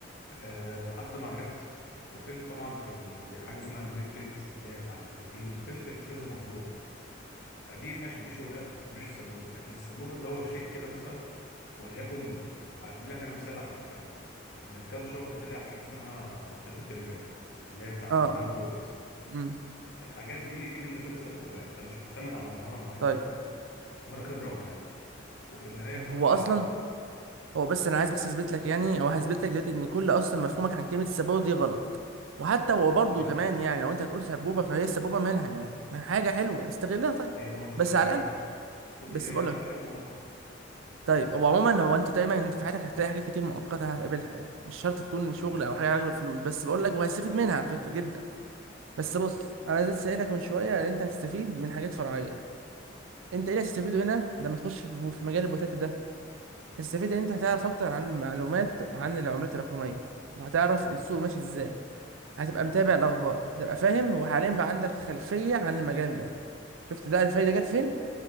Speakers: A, on the left; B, on the right.
A: أه لحد ما عرفت وفهمت طبعا في ال- بحاجة اسمها البيت ريت اللي هي بتاعة التسجيل وفهمت في كذا موضوع يعني فدي ماشي دي شغلانة مش سبوبة لكن السبوبة اللي هو شيء كده مثلا وليكن أدي لك أنا مثال عشان تفهم من كام شهر طلع حاجة اسمها بوتات التليجرام اللي هي بتاعة
B: اه
A: الميم كوينز
B: امم
A: فالحاجات دي دي بالنسبة لي سبوبة انت مش معتمد على مهارة معينة
B: طيب
A: ولا خبرة معينة وفي النهاية
B: طيب
A: فترة
B: هو اصلا
A: وهتعدي
B: هو بس انا عايز بس اثبت لك يعني او هثبت لك دلوقتي ان كل اصلا مفهومك عن كلمة السبوبة دي غلط وحتى هو برضه
A: ليه
B: كمان
A: طب
B: يعني لو انت هتقول سبوبة فهي السبوبة مالها يعني ما حاجة حلوة استغلها طيب
A: هي ما قلتش
B: بس
A: ان
B: على
A: هي وحشة
B: الاقل
A: بس قلت
B: بس
A: ان هي
B: بقول لك
A: شيء مؤقت
B: طيب هو عموما هو انت دايما في حياتك هتلاقي حاجات كتير مؤقتة هتقابلها يعني مش شرط تكون شغل
A: ماشي
B: او حاجة علاقة بالفلوس بس بقول لك وهتستفيد منها على فكرة جدا بس بص انا عايز اسالك من شويه ان انت هتستفيد من حاجات فرعيه انت ايه اللي هتستفيده هنا لما تخش في في مجال البوتات ده هتستفيد ان انت هتعرف اكتر عن معلومات عن العملات الرقميه وهتعرف السوق ماشي ازاي هتبقى متابع الاخبار هتبقى فاهم وحاليا بقى عندك خلفيه عن المجال ده شفت ده الفايده جت فين